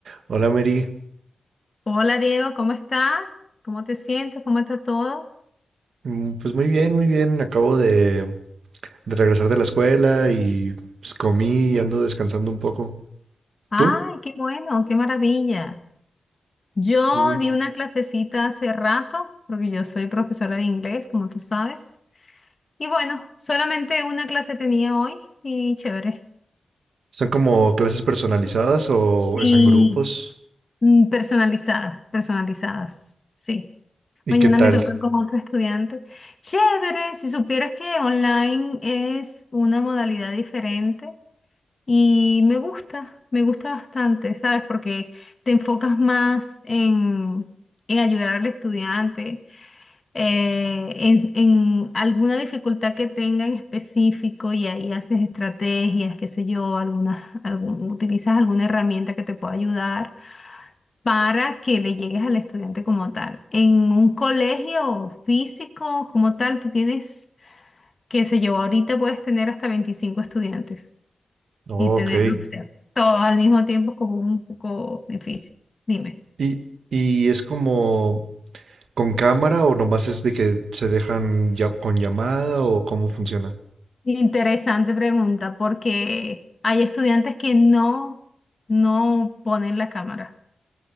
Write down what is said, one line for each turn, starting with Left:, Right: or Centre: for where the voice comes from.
Right: Hola Mary,
Left: Hola Diego, ¿cómo estás? ¿Cómo te sientes? ¿Cómo está todo?
Right: Mm, pues muy bien, muy bien. Acabo de, de regresar de la escuela y pues comí y ando descansando un poco.
Left: Ay,
Right: ¿Tú?
Left: qué bueno, qué maravilla. Yo
Right: Sí.
Left: di una clasecita hace rato, porque yo soy profesora de inglés, como tú sabes. Y bueno, solamente una clase tenía hoy y chévere.
Right: ¿Son como clases personalizadas o
Left: Sí,
Right: es en grupos?
Left: mm, personalizadas, personalizadas, sí.
Right: ¿Y
Left: Mañana
Right: qué tal?
Left: me toca con otro estudiante. Chévere, si supieras que online es una modalidad diferente. Y me gusta, me gusta bastante, ¿sabes? Porque te enfocas más en, en ayudar al estudiante, eh, en, en alguna dificultad que tenga en específico y ahí haces estrategias, qué sé yo, algunas, algún, utilizas alguna herramienta que te pueda ayudar para que le llegues al estudiante como tal. En un colegio físico como tal, tú tienes, qué sé yo, ahorita puedes tener hasta 25 estudiantes
Right: Oh,
Left: y tener,
Right: ok.
Left: o sea, todo al mismo tiempo es como un poco difícil. Dime.
Right: ¿Y, y es como con cámara o nomás es de que se dejan ya- con llamada o cómo funciona?
Left: Interesante pregunta, porque hay estudiantes que no, no ponen la cámara,